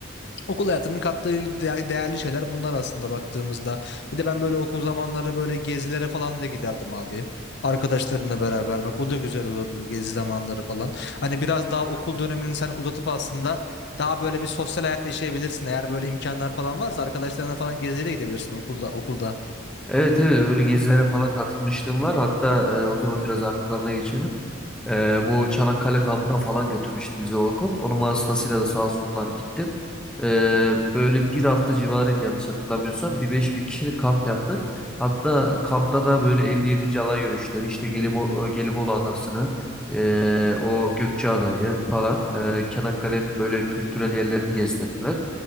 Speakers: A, on the left; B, in the centre.
A: okul hayatının kattığı de- değerli şeyler bunlar aslında baktığımızda. Bir de ben böyle okul zamanları böyle gezilere falan da giderdim abi. Arkadaşlarımla beraber bak o da güzel olurdu gezi zamanları falan. Hani biraz daha okul dönemini sen uzatıp aslında daha böyle bir sosyal hayat yaşayabilirsin. Eğer böyle imkanlar falan varsa arkadaşlarına falan geziye de gidebilirsin okulda okulda.
B: Evet evet öyle gezilere falan katılmışlığım var. Hatta e, o zaman biraz artılarına geçelim. Ee, bu Çanakkale kampına falan götürmüştü bizi o okul. Onun vasıtasıyla da sağ olsunlar gittim. Ee, böyle bir hafta civarıydı yanlış hatırlamıyorsam. Bir 5000 kişilik kamp yaptık. Hatta kampta da böyle 57. alay yürüyüşleri işte Gelimo- Gelibolu Adası'nı ee, o Gökçeada'yı falan ee, Çanakkale'nin böyle kültürel yerlerini gezdirdiler.